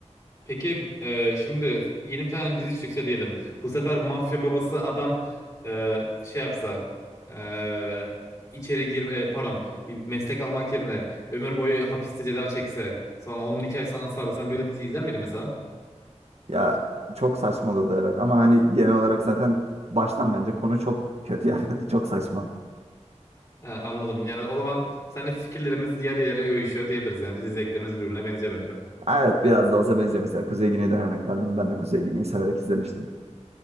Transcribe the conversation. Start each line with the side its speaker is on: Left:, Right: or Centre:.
Left: Peki e, şimdi yeni bir tane dizi çıksa diyelim. Bu sefer mafya babası adam e, şey yapsa e, içeri girme e, pardon meslek almak yerine ömür boyu hapiste ceza çekse sonra onun hikayesini anlatsa sen böyle bir dizi izler miydin mesela?
Right: Ya çok saçmaladı evet ama hani genel olarak zaten baştan bence konu çok kötü yani <laughs> çok saçma.
Left: He, anladım. Yani o zaman seninle fikirlerimiz yarı yarıya uyuşuyor diyebiliriz. Yani dizi zevklerimiz birbirine benziyor bence.
Right: Evet biraz da olsa benziyor mesela Kuzey Güney'den örnek verdim. Ben de Kuzey Güney'i severek izlemiştim.